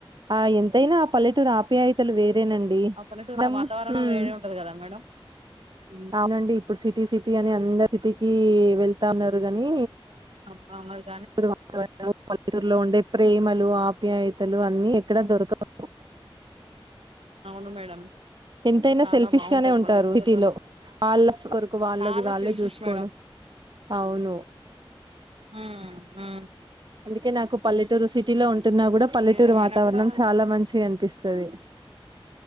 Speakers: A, on the right (about 50°); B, on the right (about 85°).
A: ఆ ఎంతైనా అ పల్లెటూరు ఆప్యాయతలు వేరేనండి
B: అ పల్లెటూరు
A: మనం
B: అ వాతావరణం
A: హ్మ్.
B: వేరే ఉంటది గదా మేడం ఉమ్
A: అవునండి ఇప్పుడు సిటీ సిటీ అని అందరు సిటీకి వెళ్తా ఉన్నారు గనీ
B: <unintelligible>
A: <unintelligible> పల్లెటూర్లో ఉండే ప్రేమలు ఆప్యాయతలు అన్ని ఎక్కడ
B: ఉమ్
A: దొరకవు
B: అవును మేడం
A: ఎంతైనా
B: చాలా
A: సెల్ఫిష్
B: బాగుంటది
A: గానే ఉంటారు
B: పల్లెటూరులలో
A: సిటీలో వాళ్ళ ఆశ కొరకు వాళ్ళది
B: చాలా
A: వాళ్ళే
B: సెల్ఫిష్
A: జుస్కోడం
B: మేడం
A: అవును
B: అ ఆహా
A: అందుకే నాకు పల్లెటూరు సిటీ లో ఉంటున్నా గుడా పల్లెటూరు
B: ఏమైనా
A: వాతావరణం
B: కూడా
A: చాలా మంచిగా అన్పిస్తది